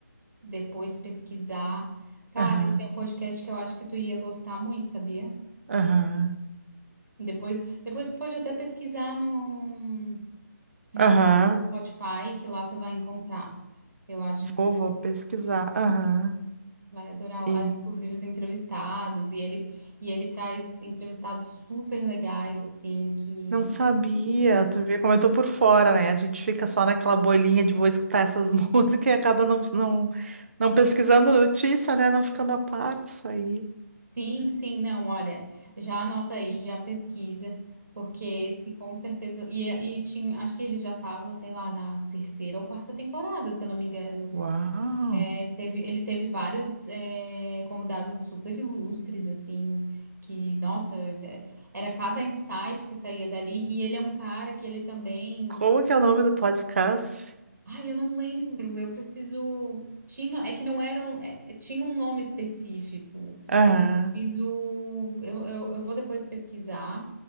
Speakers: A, on the right (about 70°); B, on the right (about 45°).
A: depois pesquisar. Cara,
B: Aham,
A: ele tem um podcast que eu acho que tu ia gostar muito, sabia?
B: aham,
A: Depois, depois tu pode até pesquisar no, no
B: aham.
A: Spotify, que lá tu vai encontrar. Eu acho
B: Vou,
A: que
B: vou pesquisar. Aham.
A: Vai adorar,
B: E
A: ah, inclusive os entrevistados, e ele, e ele traz entrevistados super legais, assim, que
B: não sabia. Tu vê como eu tô por fora, né? A gente fica só naquela bolinha de vou escutar essas <laughs> músicas e acaba não, não, não pesquisando notícia, né? Não ficando a par disso aí.
A: sim, sim, não, olha, já anota aí, já pesquisa, porque esse com certeza, e, é, e tinha, acho que ele já estava, sei lá, na terceira ou quarta temporada, se eu não me engano.
B: Uau!
A: É, teve, ele teve vários é, convidados super ilustres, assim, que, nossa, é, era cada insight que saía dali, e ele é um cara que ele também.
B: Como que é o nome do podcast?
A: Ai, eu não lembro. Eu preciso. Tinha. É que não eram. é- é- tinha um nome específico.
B: Aham,
A: Eu preciso. Eu, eu, eu vou depois pesquisar.